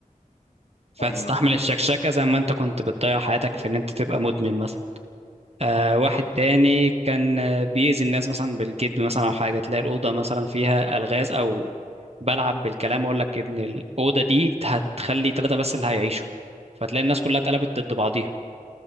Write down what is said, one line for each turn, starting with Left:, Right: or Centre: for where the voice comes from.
Right: فتستحمل
Left: ايوه فهمت
Right: الشكشكه
Left: قصدك.
Right: زي ما انت كنت بتضيع حياتك في ان انت تبقى مدمن مثلا آه واحد
Left: يا نهار
Right: تاني
Left: أبيض.
Right: كان آه، بيأذي الناس مثلا بالكذب مثلا او حاجه تلاقي الاوضه مثلا فيها الغاز او بلعب بالكلام اقول لك ان الاوضه دي هتخلي ثلاثه بس اللي هيعيشوا فتلاقي الناس كلها اتقلبت ضد بعضيها